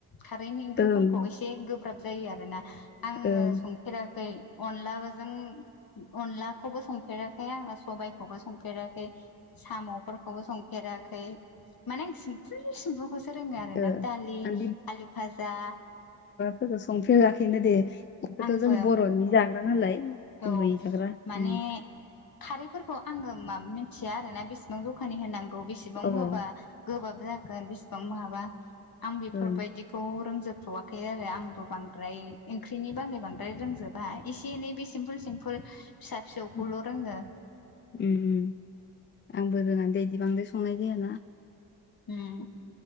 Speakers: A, on the left; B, on the left.
A: खारैनि ओंख्रिफोरखौ
B: ओं
A: एसे गोब्राब जायो आरोना आङो
B: ओं
A: संफेराखै अनलाजों अनलाखौबो संफेराखै आङो सबायाइखौबो संफेराखै? साम'फोरखौबो संफेराखै माने आं सिम्फु सिम्फु खौसो रोंङो आरो
B: ओ
A: ना दालि,
B: आं
A: आलु फाजा
B: फोरखौ संफेराखैनो दे बेखौथ'
A: आंबो
B: जोंनि बर'नि जाग्रा नालाय।
A: औ
B: गुबै जाग्रा
A: माने
B: उम
A: खारैफोरखौ आंङो माम मिथिया आरोना बेसेबां जखानि होनांगौ बेसेबां
B: अ ओं
A: होबा गोबाब दागोन बेसेबां माबा आं बेफोरबायदिखौ
B: ओं
A: रोंजोबथ'वाखै आरो आं द बांद्राय ओंख्रिनि बागै बांद्राय रोंजोबा एसे एनै बे सिम्पोल सिमपोल फिसा फिसौखौल'
B: उम
A: रोंङो।
B: उम आंबो रोंङा दै बिदि बांद्राय संनाय जायाना।
A: उम